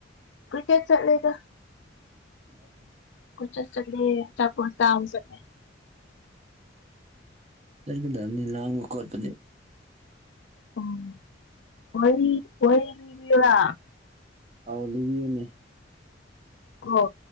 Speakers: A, on the left; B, on the right.
A: ꯀꯆꯦꯠ ꯆꯠꯂ ꯀ
B: ꯎꯝ
A: ꯄꯨꯁ ꯆ ꯆꯄ ꯆꯂ
B: ꯁꯔ ꯇꯅꯤ ꯂꯉ ꯀꯔꯄ ꯂꯩ
A: ꯑꯣ ꯋꯥ ꯋꯥ
B: ꯑꯥꯎꯂꯤꯕꯤꯅꯦ
A: ꯑꯣ